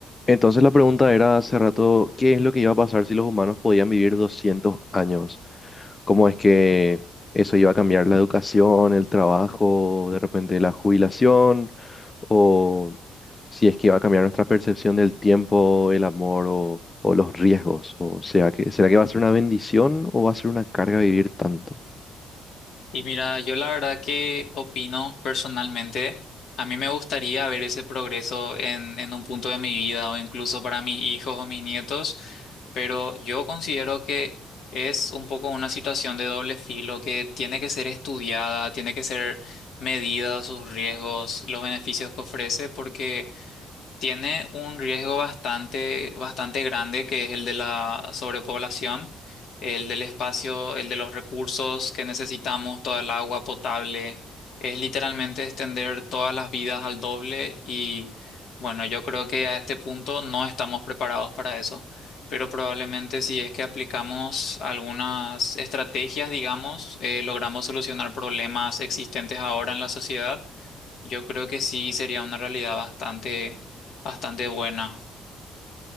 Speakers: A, on the left; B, on the left.
A: Entonces la pregunta era hace rato, ¿qué es lo que iba a pasar si los humanos podían vivir 200 años? ¿Cómo es que eso iba a cambiar la educación, el trabajo, de repente la jubilación? ¿O si es que iba a cambiar nuestra percepción del tiempo, el amor o, o los riesgos? O sea, que, ¿será que va a ser una bendición o va a ser una carga vivir tanto?
B: Y mira, yo la verdad que opino personalmente, a mí me gustaría ver ese progreso en, en un punto de mi vida o incluso para mis hijos o mis nietos, pero yo considero que es un poco una situación de doble filo que tiene que ser estudiada, tiene que ser medida sus riesgos, los beneficios que ofrece, porque tiene un riesgo bastante, bastante grande, que es el de la sobrepoblación, el del espacio, el de los recursos que necesitamos, toda el agua potable. Es literalmente extender todas las vidas al doble y bueno, yo creo que a este punto no estamos preparados para eso. Pero probablemente si es que aplicamos algunas estrategias, digamos, eh, logramos solucionar problemas existentes ahora en la sociedad yo creo que sí sería una realidad bastante, bastante buena.